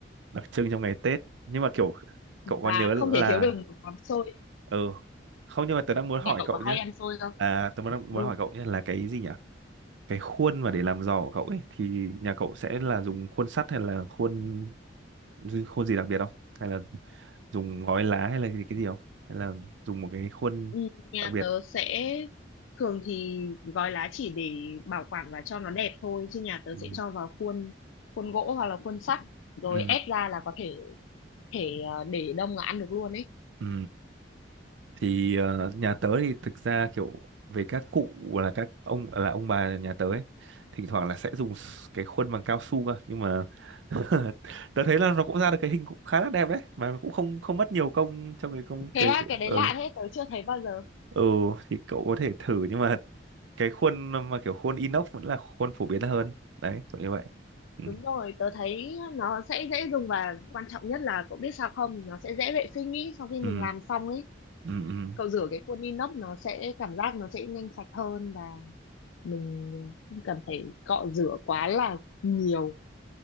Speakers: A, on the right; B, on the left.
A: đặc trưng trong ngày Tết. Nhưng mà kiểu cậu
B: và
A: có nhớ là...
B: không thể thiếu được một món xôi
A: Ừ, không nhưng mà tớ đang muốn hỏi
B: nhà cậu
A: cậu
B: có
A: nhá.
B: hay ăn xôi không
A: À, tớ muốn,
B: ừ
A: muốn hỏi cậu nhá là cái gì nhỉ? Cái khuôn mà để làm giò của cậu ấy thì nhà cậu sẽ là dùng khuôn sắt hay là khuôn khuôn gì đặc biệt không? Hay là dùng gói lá hay là cái, cái gì không? Hay là dùng một cái khuôn
B: Ừ, Nhà
A: đặc biệt?
B: tớ sẽ thường thì gói lá chỉ để bảo quản và cho nó đẹp thôi chứ nhà tớ
A: Ừ.
B: sẽ cho vào khuôn khuôn gỗ hoặc là khuôn sắt rồi
A: Ừ.
B: ép ra là có thể thể ờ, để đông là ăn được luôn ấy
A: Ừ. thì ờ, nhà tớ thì thực ra kiểu về các cụ là các ông là ông bà nhà tớ ấy thỉnh thoảng là sẽ dùng s- cái khuôn bằng cao su cơ nhưng mà <laughs> tớ thấy là nó cũng ra được cái hình cũng khá là đẹp đấy mà cũng không không mất nhiều công trong cái công
B: thế
A: cái
B: á, cái đấy
A: ừ
B: lạ thế tớ chưa thấy bao giờ
A: ừ thì cậu có thể thử nhưng mà cái khuôn mà kiểu khuôn inox vẫn là khuôn phổ biến hơn đấy kiểu như vậy ừ
B: đúng rồi tớ thấy nó sẽ dễ dùng và quan trọng nhất là cậu biết sao không nó sẽ dễ vệ sinh ý sau khi
A: ừ
B: mình làm xong ấy
A: ừ, ừ.
B: cậu rửa cái khuôn inox nó sẽ cảm giác nó sẽ nhanh sạch hơn và mình không cần phải cọ rửa quá là nhiều